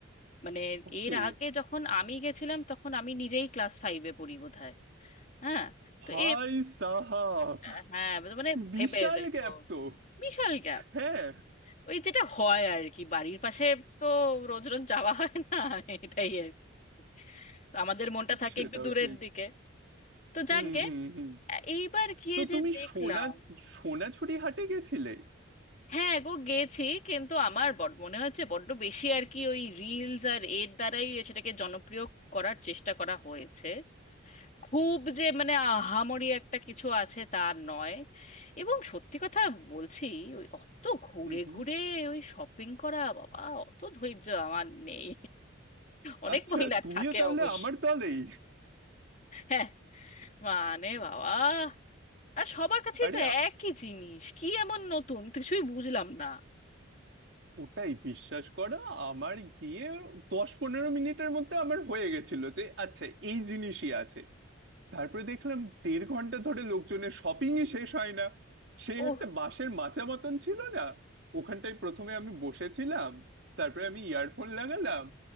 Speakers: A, on the left; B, on the right.
A: মানে
B: ওকে
A: এর আগে যখন আমি গেছিলাম তখন আমি নিজেই ক্লাস ফাইভে পড়ি বোধহয় হ্যাঁ
B: ভাই
A: তো এ
B: সাহাব
A: আহ, হ্যাঁ মানে মানে
B: বিশাল
A: ভেবে দেখো
B: গ্যাপ তো
A: বিশাল গ্যাপ
B: হ্যাঁ
A: ওই যেটা হয় আর কি বাড়ির পাশে তো রোজ রোজ যাওয়া হয় না এটাই আর কি। তো আমাদের মনটা থাকে
B: সেটাও
A: একটু দূরের
B: ঠিক
A: দিকে তো
B: হুম
A: যাকগে
B: হুম হুম
A: এইবার গিয়ে
B: তো
A: যে
B: তুমি
A: দেখলাম
B: সোনা সোনাঝুরি হাটে গেছিলে
A: হ্যাঁ গো গেছি কিন্তু আমার বড মনে হচ্ছে বড্ড বেশি আর কি ওই রিলস আর এর দ্বারাই সেটাকে জনপ্রিয় করার চেষ্টা করা হয়েছে খুব যে মানে আহামরি একটা কিছু আছে তা নয় এবং সত্যি কথা বলছি ওই অত ঘুরে
B: হুম হুম
A: ঘুরে ওই শপিং করা বাবা অত ধৈর্য আমার নেই অনেক
B: আচ্ছা
A: মহিলা
B: তুমিও
A: থাকে
B: তাহলে
A: অবশ্য
B: আমার দলেই
A: হ্যাঁ মানে বাবা আর সবার কাছেই
B: আরে
A: তো
B: আ-
A: একই জিনিস কি এমন নতুন কিছুই বুঝলাম না
B: ওটাই বিশ্বাস করো আমার গিয়ে দশ পনেরো মিনিটের মধ্যে আমার হয়ে গেছিল যে আচ্ছা এই জিনিসই আছে তারপরে দেখলাম দেড় ঘন্টা ধরে লোকজনের শপিংই শেষ হয় না সে
A: ও
B: একটা বাঁশের মাচা মতন ছিল না ওখানটায় প্রথমে আমি বসেছিলাম তারপরে আমি ইয়ারফোন লাগালাম